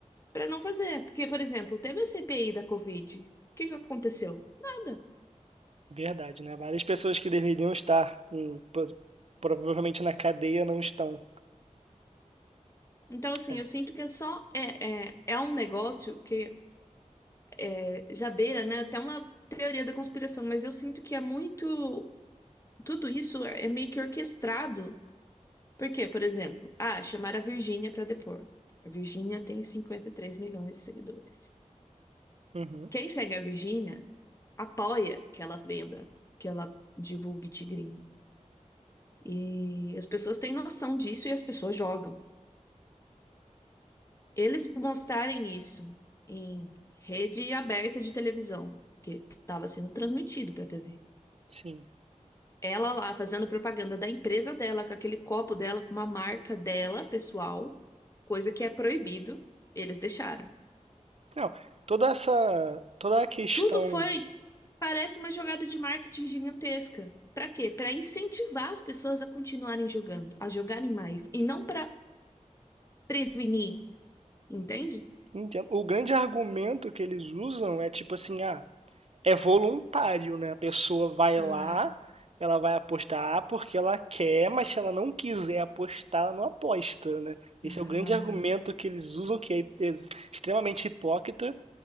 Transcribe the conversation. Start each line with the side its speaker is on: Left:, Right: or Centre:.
Left: para não fazer. Porque, por exemplo, teve a CPI da Covid. O que que aconteceu? Nada.
Right: verdade, né? Várias pessoas que deveriam estar com- pro- provavelmente na cadeia não estão.
Left: Então, assim,
Right: É.
Left: eu sinto que é só é, é, é um negócio que é, já beira, né, até uma teoria da conspiração, mas eu sinto que é muito. Tudo isso é é meio que orquestrado. Por quê? Por exemplo, ah, chamar a Virgínia para depor. A Virgínia tem 53 milhões de seguidores.
Right: Uhum,
Left: Quem segue a Virgínia apoia que ela venda, que ela divulgue Tigrinho. E as pessoas têm noção disso e as pessoas jogam. eles mostrarem isso em rede aberta de televisão, porque estava sendo transmitido para a TV.
Right: sim.
Left: Ela lá fazendo propaganda da empresa dela, com aquele copo dela, com uma marca dela, pessoal, coisa que é proibido, eles deixaram.
Right: Não, toda essa, toda a questão
Left: Tudo foi, parece uma jogada de marketing gigantesca. Para quê? Para incentivar as pessoas a continuarem jogando, a jogarem mais, e não para prevenir, entende?
Right: Entendo. O grande argumento que eles usam é tipo assim, ah, é voluntário, né? A pessoa vai
Left: Ah,
Right: lá, ela vai apostar porque ela quer, mas se ela não quiser apostar, ela não aposta, né? Esse
Left: ah,
Right: é o grande argumento que eles usam, que é ex- extremamente hipócrita,